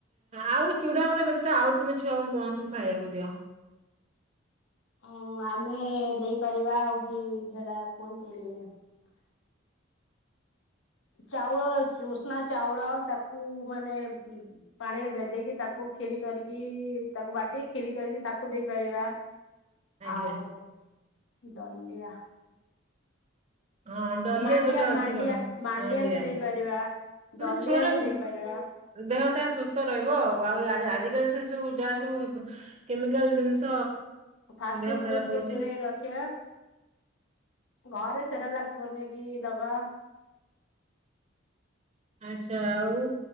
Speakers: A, on the right (about 35°); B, on the left (about 80°).
A: ଆଉ ଚୁଡାମୁଡା ବ୍ୟତୀତ ଆଉ ତମେ ଛୁଆଙ୍କୁ କଣ ସବୁ ଖାଇବାକୁ ଦିଅ।
B: ଅଉଁ ଆମେ ଦେଇପାରିବା ହଉଛି ହେଡା କୁହନ୍ତି। ଚାଉଳ ଉଷ୍ନା ଚାଉଳ ତାକୁ ମାନେ ପାଣିରେ ଭେଦେଇକି ତାକୁ କ୍ଷୀରି କରିକି ତାକୁ ବାଟି ଖୀରି କରିକି ତାକୁ ଦେଇପାରିବା।
A: ଆଜ୍ଞା
B: ଆଉ ଦଲି
A: ହଁ ଡଲିଆ
B: ମାଣ୍ଡିଆ
A: ଗୋଟେ ଅଛି
B: ମାଣ୍ଡିଆ
A: କଣ ମାଣ୍ଡିଆ
B: ବି ଦେଇପାରିବା।
A: ମେ
B: ଦଲିଆ
A: ଛୁଆର
B: ବି ଦେଇପାରିବା
A: ଦେହଟା ସୁସ୍ଥ ରହିବ ଆଉ ଆଉ। ଆଜିକାଲି ସେ ସବୁ ଯାହା ସବୁ କେମିକାଲ ଜିନିଷ।
B: ଫାଷ୍ଟ
A: ଦେହ
B: ଫୁଡ
A: ଖରାପ
B: କୁ ଟିକେ
A: ହଉଛି
B: ଦୂରେଇ ରଖିବା। ଘରେ ସେରାଲାକ୍ସ ବନେଇକି ଦବା।
A: ଆଚ୍ଛା ଆଉ